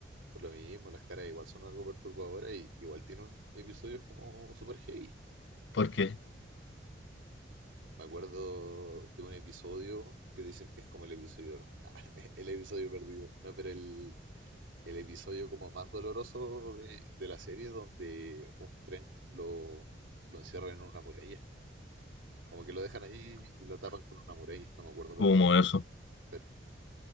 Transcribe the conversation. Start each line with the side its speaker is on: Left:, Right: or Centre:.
Right: Por lo mismo, las caras igual son algo perturbadoras y igual tienen episodios como super heavy.
Left: porque
Right: De hecho, me acuerdo de un episodio que dicen que es como el episodio, <laughs> el episodio perdido, no, pero el, el episodio como más doloroso de, de la serie donde un tren lo, lo encierra en una muralla. Como que lo dejan ahí y lo tapan con una muralla, no me acuerdo por
Left: Como
Right: qué.
Left: eso.
Right: Pero